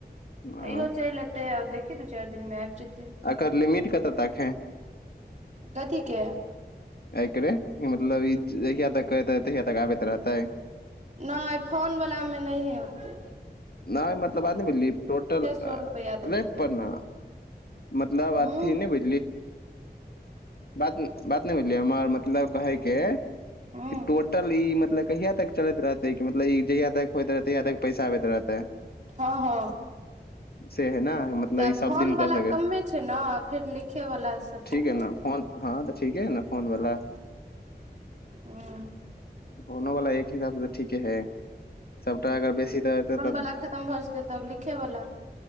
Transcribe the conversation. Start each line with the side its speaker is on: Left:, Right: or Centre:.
Left: आ
Right: इहो चैल एतेै आ देख दू चार दिन मै आइब जिततै
Left: अकर लिमिट कतऽ तक हय
Right: कथीके
Left: एकरे मतलब ई जहिया तक करैतरहतैतहिया तक आबैत रहतै
Right: नहि फोनवलामे नहिए यतै
Left: नहि मतल टोटल
Right: सए रुपैआ देतौ
Left: रेट
Right: टोटल
Left: पर न मतलब
Right: हूँ
Left: अथी नैह बु बात-त नैह बुझली हमर मतलब कहैके
Right: हूँ
Left: टोटल ई मतलब कहिया तक चलैत रहतै कि मतलब इ जहिया तक टाईप हो इत रहतै तहिया तक पैसा आबैत रहतै
Right: ह ह
Left: से है न मतलब
Right: तऽ
Left: ई सब
Right: फोन
Left: दिन कऽ
Right: वलाा
Left: सकै
Right: कमे छै ने फेर लिखे वला सब छै
Left: है
Right: ने
Left: न फोन हँ तऽ ठीक है ने फोन वाला
Right: ऊह
Left: फोनो वाला एक हिसाब से तऽ ठीके है सबटा अगर बेसी दादेते तऽ
Right: ओवला खतम भऽ जेतै तब लिखे बला